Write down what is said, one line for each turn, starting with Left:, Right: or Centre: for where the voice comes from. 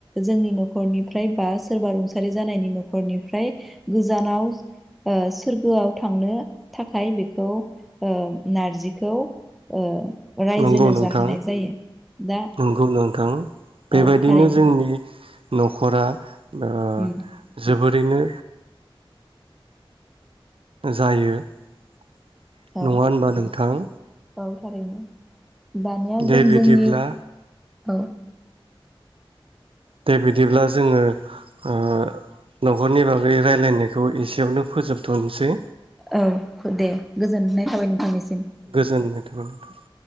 Centre: जोंनि न'खरनिफ्राय बा सोरबा रुंसारि जानायनि नखरनिफ्राय गोजानाव सोरगोआव थांनो थाखाय बेखौ ओ नारजिखौ ओ रायजोनो
Right: नंगौ नोंथां
Centre: जाहोनाय जायो। दा
Right: नंगौ नोंथां बेबायदिनो
Centre: औ थारैनो
Right: जोंनि न'खरा ओ
Centre: उम
Right: जोबोद रैनो जायो ।
Centre: औ
Right: नङा होनबा नोंथां?
Centre: औ थारैनो । दानिया
Right: दे
Centre: जों
Right: बिदिब्ला
Centre: जोंनि औ ।
Right: दे बिदिब्ला जोङो ओ न'खरनि बागै रायलायनायखौ एसेयावनो फोजोबथनोसै
Centre: औ दे गोजोननाय थाबाय नोंथांनिसिम
Right: गोजोननाय थाबाय नोंथां ।